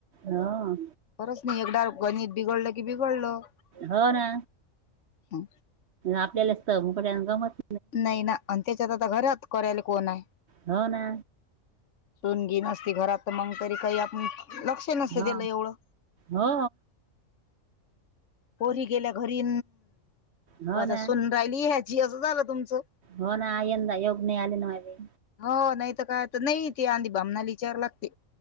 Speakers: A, on the right (about 60°); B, on the left (about 65°).
A: हा.
B: खरंच नाही एकदा गणित बिघडलं कि बिघडलं.
A: हो ना.
B: हा.
A: आपल्यालाचत मोक गमत.
B: नाही ना आणि त्याच्यात आता घरात करायला कोण आहे.
A: हो ना.
B: सोणगी नसती घरात मग तरी काही आपण लक्ष नसे
A: हो
B: त्याला एवढं.
A: हो
B: पोरी गेल्या घरी
A: हो
B: आता
A: ना
B: सुन राहिली ह्याचीी असं झालं. तुमचं
A: हो ना यंदा येऊग नाही आले ना माी
B: हो नाही तर काय नाही तेी आंधी भामनालीिचार लागते.